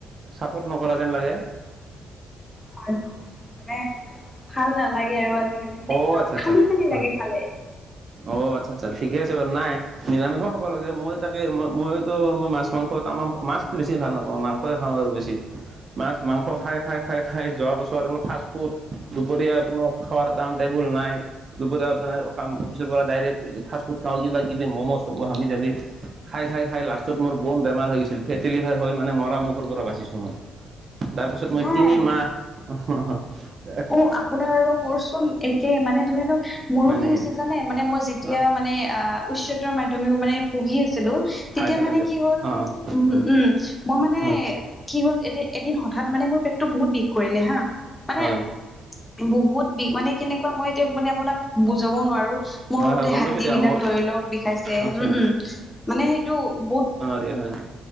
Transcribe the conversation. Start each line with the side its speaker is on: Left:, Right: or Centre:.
Right: ছাপৰ্ট নকৰা যেন লাগে
Left: হয় মানে ভাল নালাগে আৰু আজিকালি মানে
Right: অ
Left: কিবা
Right: আচ্ছা
Left: খালি
Right: আচ্ছা
Left: খালি
Right: হয়
Left: লাগে খালে।
Right: অ আচ্ছা আচ্ছা ঠিকে আছে বাৰু নাই নিৰামিষ ও খাব লাগে মই তাকে মই মইতো মই মাছ মাংস তামাম মাছটো বেছি ভাল নাপাওঁ মাং সই খাওঁ আৰু বেছি মাছ মাংস খাই খাই খাই খাই যোৱা বছৰ অলপ ফাষ্ট ফুড দুপৰীয়া কোনো খৱাৰ টাইম তেবুল নাই দুপৰীয়া মানে কাম অফিচৰ পৰা ডাইৰেক্ট ফাষ্ট ফুড খাওঁ কিবা কিবি ম'ম' চ'ম' হাবি জাবি খাই খাই খাই লাষ্টত মোৰ ব'ম বেমাৰ হৈ গৈছিল ফেটি লিভাৰ হৈ মানে মৰা মুখৰ পৰা বাচিছো মই তাৰ পাছত মই
Left: হা
Right: তিনি মাহ অহ হ হ
Left: অ আপোনাৰ আৰু মোৰচোন একে মানে ধৰি লওক মোৰো
Right: হয়
Left: কি
Right: নেকি?
Left: হৈছে জানে মানে মই যেতিয়া
Right: অ'
Left: মানে আহ উচ্চতৰ মাধ্যমিকত মানে পঢ়ি আছিলোঁ। তেতিয়া
Right: হায়াৰ ছেকেণ্ডেৰী
Left: মানে কি হ'ল,
Right: অ
Left: উম
Right: অ
Left: - উম, মই মানে
Right: হয়
Left: কি হ'ল, এদি- এদিন হঠাৎ মানে মোৰ পেটটো বহুত বিষ কৰিলে, হা। মানে
Right: হয়।
Left: বহুত বিষ, মানে কেনেকুৱা মই এতিয়া মানে আপোনাক বুজাবও নোৱাৰোঁ। মোৰ
Right: হয়
Left: গোটেই
Right: হয় গম
Left: হাড্ডিবিলাক
Right: পাইছো দিয়া মোক
Left: ধৰি লওঁক বিষাইছে,
Right: আচ্ছা
Left: উম - উম, মানে সেইটো বহুত
Right: দি হয়।